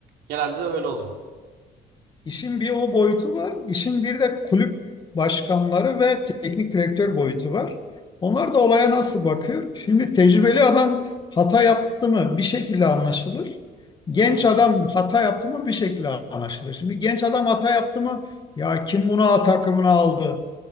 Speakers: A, on the right; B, on the left.
A: Genelde de öyle oluyor.
B: İşin bir o boyutu var. İşin bir de kulüp başkanları ve teknik direktör boyutu var. Onlar da olaya nasıl bakıyor? Şimdi tecrübeli adam hata yaptı mı bir şekilde anlaşılır. Genç
A: Hı.
B: adam hata yaptı mı bir şekilde anlaşılır. Şimdi genç adam hata yaptı mı ya kim bunu A takımına aldı?